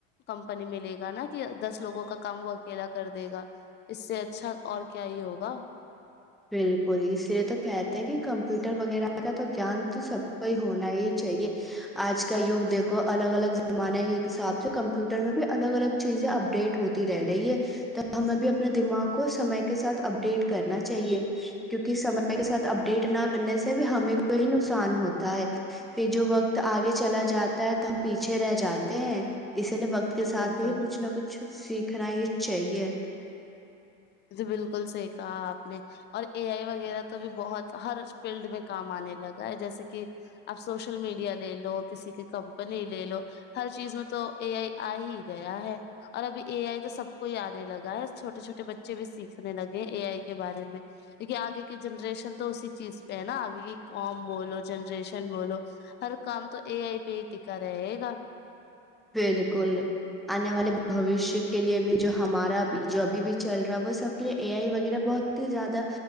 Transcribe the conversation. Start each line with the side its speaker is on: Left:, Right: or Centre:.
Left: کمپنی ملے گا نا کہ دس لوگوں کا کام وہ اکیلا کر دے گا اس سے اچھا اور کیا ہی ہوگا
Centre: بالکل اس لیے تو کہتے ہیں کہ کمپیوٹر وغیرہ کا تو گان تو سب کو ہی ہونا ہی چاہیے آج کا یگ دیکھو الگ الگ زمانے کے حساب سے کمپیوٹر میں بھی الگ الگ چیزیں اپڈیٹ ہوتی رہ رہی ہے تو ہمیں بھی اپنے دماغ کو سمے کے ساتھ اپڈیٹ کرنا چاہیے کیونکہ سمے کے ساتھ اپڈیٹ نہ کرنے سے بھی ہمیںی نقصان ہوتا ہے پھر جو وقت آگے چلا جاتا ہے تو ہم پیچھے رہ جاتے ہیں اسی لیے وقت
Left: یہ
Centre: کے
Left: تو
Centre: ساتھ
Left: بالکل
Centre: ہی کچھ نہ کچھ سیکھنا ہی چاہیے
Left: جی بالکل صحیح کہا آپ نے اور اے آئی وغیرہ تو بھی بہت ہر فیلڈ میں کام آنے لگا ہے جیسے کہ آپ سوشل میڈیا لے لو کسی کی کمپنی لے لو ہر چیز میں تو اے آئی آ ہی گیا ہے اور ابھی اے آئی تو سب کو ہی آنے لگ گسھوے چھٹے بچے بچے بھی سیکھنے لگے اے آئی کے بارے میں کیہ آگے کی جنریشن تو اسی چیز پہ ہے نا آگے کی کام بولو جنریشن بولو ہر کام تو اے آئی پہ ہی ٹکا رہے گا
Centre: بالکل آنے والے بوشیہ کے لیے بھی جو ہمارا جو اب بھی چل رہا ہے وہ سب کے لیے اے آئی وغیرہ بہت ہی زیادہ